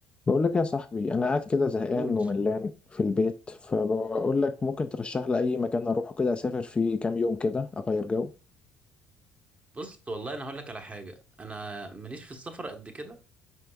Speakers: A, on the left (about 20°); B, on the right (about 30°).
A: بقول لك يا صاحبي انا قاعد كده زهقان
B: مم.
A: وملان في البيت فبقول لك ممكن ترشح لي اي مكان اروحه كده اسافر فيه كام يوم كده اغير جو
B: بص والله انا هقول لك على حاجه انا ماليش في السفر قد كده